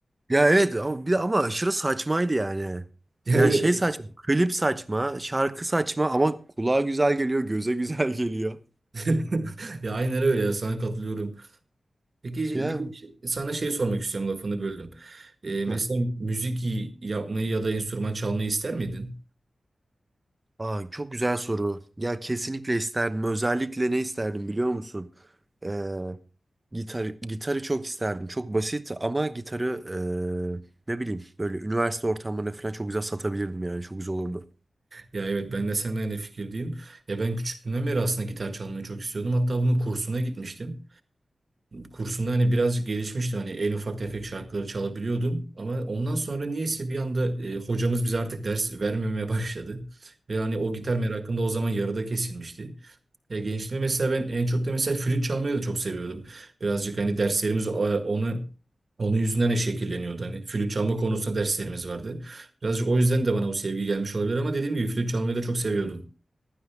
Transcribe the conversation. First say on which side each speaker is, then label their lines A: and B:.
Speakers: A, on the right (about 20°); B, on the right (about 45°).
A: Ya evet ama, bir, de- ama aşırı saçmaydı yani.
B: Ya
A: Yani
B: evet.
A: şey saçma, klip saçma, şarkı saçma ama kulağa güzel geliyor, göze güzel <laughs> geliyor.
B: <laughs> Ya aynen öyle ya sana katılıyorum. Peki şey,
A: Ya,
B: bir de şey- sana şey sormak istiyorum lafını böldüm. Ee, mesela
A: ya.
B: müzik y- yapmayı ya da enstrüman çalmayı ister miydin?
A: Aa, çok güzel soru. Ya kesinlikle isterdim. Özellikle ne isterdim biliyor musun? Ee, gitar, gitarı çok isterdim. Çok basit ama gitarı ee, ne bileyim böyle üniversite ortamlarında falan çok güzel satabilirdim yani. Çok güzel olurdu.
B: Ya evet ben de seninle aynı fikirdeyim. Ya ben küçüklüğümden beri aslında gitar çalmayı çok istiyordum. Hatta bunun kursuna gitmiştim. Kursunda hani birazcık gelişmişti. Hani en ufak tefek şarkıları çalabiliyordum. Ama ondan sonra niyeyse bir anda e, hocamız bize artık ders vermemeye <laughs> başladı. Ve hani o gitar merakım da o zaman yarıda kesilmişti. Ya gençliğimde mesela ben en çok da mesela flüt çalmayı da çok seviyordum. Birazcık hani derslerimiz e, onu onun yüzünden de şekilleniyordu. Hani flüt çalma konusunda derslerimiz vardı. Birazcık o yüzden de bana o sevgi gelmiş olabilir ama dediğim gibi flüt çalmayı da çok seviyordum.